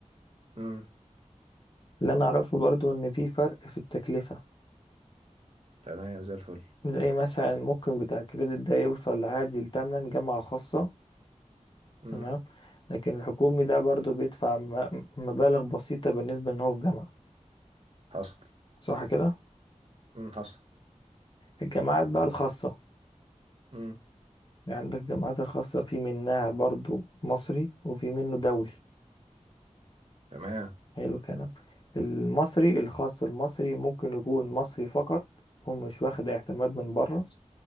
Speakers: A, on the right; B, on the left.
A: امم
B: اللي انا اعرفه برضو ان في فرق في التكلفة
A: تمام زي الفل
B: زي مثلا ممكن بتاع الكريدت ده يوصل عادي لتمن جامعة خاصة
A: امم
B: تمام لكن الحكومي ده برضو بيدفع م- مبالغ بسيطة بالنسبة ان هو في جامعة
A: حصل
B: صح كده
A: امم حصل
B: الجامعات بقى الخاصة
A: امم
B: يعني عندك الجامعات الخاصة في منها برضو مصري وفي منه دولي
A: تمام
B: حلو الكلام المصري الخاص المصري ممكن يكون مصري فقط ومش واخد اعتماد من بره